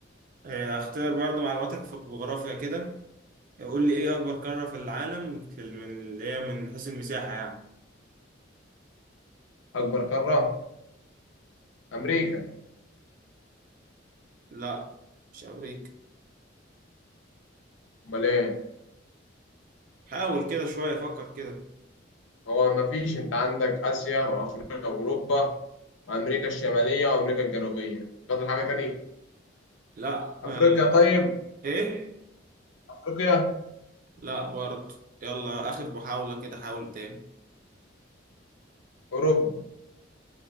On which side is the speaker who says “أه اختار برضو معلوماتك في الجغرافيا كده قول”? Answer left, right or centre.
Right